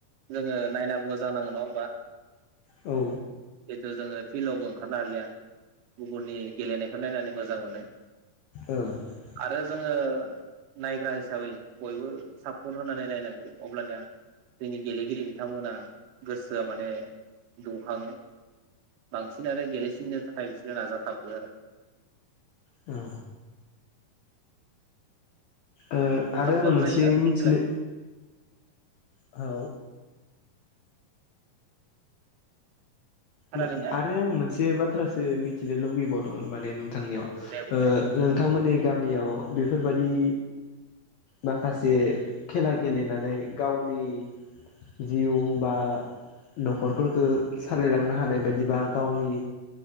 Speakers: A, on the right; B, on the left.
A: जोङो नायना मोजां नाङो नङा होमबा।
B: औ
A: जिथु जोङो फिल्डआवबो ओंखारनो हालिया गुबुननि गेलेनायखौ नायनानै मोजां मोनो
B: औ
A: आरो जोङो नायग्रा हिसाबै बयबो सापर्ट होनानै नायनांगौ। अब्लानया जोंनि गेलेगिरि बिथांमोना गोसोआ माने दुंखाङो बांसिनानो गेलेसिननो थाखाय बिसोरो नाजाथाबो आरो।
B: औ ओ
A: नोंथां
B: आरो आं
A: लोगो
B: मोनसे
A: जायोना बिदि
B: मिथिनो
A: खेला
B: औ
A: खोनादोंना
B: मा आरो आं मोनसे बा थ्रासो मिथिनो लुुबैबावदोंमोन माने नों थांनियाव
A: औ दे बुंलाय
B: ओ नोंथांमोननि
A: बुंलाय
B: गामियाव बेफोरबादि माखासे खेला गेलेनानै गावनि जिउ बा नखरफोर खो सालायलां थानाय बायदिबा गावनि